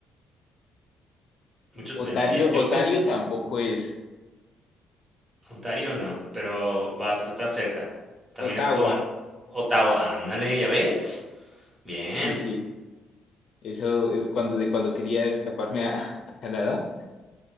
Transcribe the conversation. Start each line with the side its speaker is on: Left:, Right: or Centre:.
Right: Muchos
Left: Otario,
Right: pensarían, yo
Left: Otario
Right: pues,
Left: tampoco es.
Right: Ontario no, pero vas estás cerca. También
Left: Ottawa,
Right: es con Ottawa, ándale, ¿ya ves? Bien.
Left: sí, sí. Eso, eh, cuando, de cuando quería escaparme a, <laughs> a Canadá,